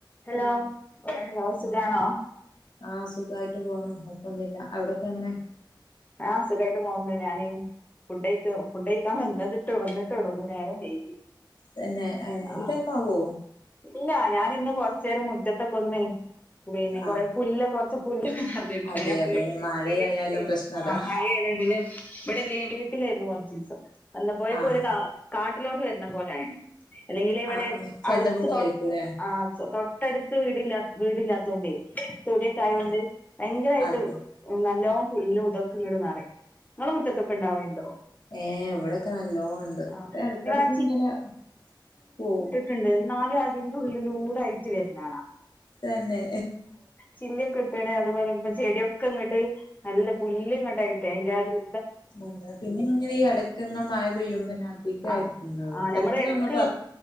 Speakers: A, on the left; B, on the left.
A: ഹലോ ആഹ് സുഖണോ?
B: ആഹ് ആഹ് സുഖായിട്ട് പോണു കുഴപ്പോന്നുല്ല അവിടൊക്കെ എങ്ങനെ?
A: ആഹ് സുഖായിട്ട് പോന്നു ഞാന് ഫുഡ് കഴിക്ക ഫുഡ് കഴിക്കാൻ വന്നതിട്ടോ വന്നിട്ടുള്ളൂ ഇന്ന് നേരം വൈകി
B: തന്നെ ഏഹ്
A: ആഹ്
B: ഈ ടൈം ആവോ?
A: ഇല്ല ഞാനിന്ന് കോർച്ചെരം മുറ്റത്തൊക്കെ ഒന്ന് പിന്നെ
B: ആഹ്
A: കോറെ പുല്ല്ക്കെ പർ പുല്ലൊക്കെ നേർഞ്ജിട്ടുണ്ടായിനി
B: അതെ അതെ
A: വീട്ടി
B: മഴയായാല
A: വീട്ടിലെര്ന്നു
B: പ്രശ്നം അതാ
A: ആഹ് മഴെണ് പിന്നെ ഇവടെല്ലേനി വീട്ടിലെനി കോർച്ചീസം വന്നപ്പോയെക്കും
B: ആഹ്
A: ഒര് കാ കാട്ടിലോട്ട് വര്നെ പോലെ ആയിണ് അല്ലെങ്കിലെ ഇവിടെ
B: ആഹ് ആഹ് സ്വന്തം
A: അടുത്ത്
B: വീടായിരിക്കുംല്ലേ
A: കോ ആഹ് തോ ട്ടട്ത്ത് വീടില്ലാ വീടില്ലാത്തോണ്ടേ തൊടിയൊക്കെ ആയോണ്ട്
B: ആഹ്
A: ഭയങ്കരായിട്ട്
B: അതെ
A: നല്ലോം പുല്ലും തൊക്കെങ്ങട്ട്ന്നറിം ഇങ്ങളെ മുറ്റത്തൊക്കെ ഇണ്ടാവല്ണ്ടോ?
B: ഏഹ് ഇവടൊക്കെ നല്ലോം ഇണ്ട്
A: ആ
B: ഇപ്പ എടക്കെട്ക്ക്
A: ഇങ്ങളാ
B: ഇങ്ങനെ പോവും
A: റ്റ്ണ്ട് ഇന്നാലും അതിന്റെ ഉള്ളിലൂടെ അയ്റ്റ് വെര്നാണ
B: തന്നെ
A: ചില്ലിയൊക്കെ ഇട്ട്ണ് അത് പോലെ ഇപ്പ ചെടിക്കെങ്ങട്ട് നല്ല പുല്ല്ങ്ങട്ട് ആയിട്ടെ അയ്ന്റെ കു
B: അതെ പിന്നെങ്ങനെ ഈ എടക്ക്ങ്ങനെ മഴ പെയ്യുമ്പന്നെ അധികം ആയിരിക്കും
A: ആഹ്
B: ഇണ്ടാവ
A: ആഹ്
B: എത്ര
A: എടക്ക്
B: നമ്മള് ക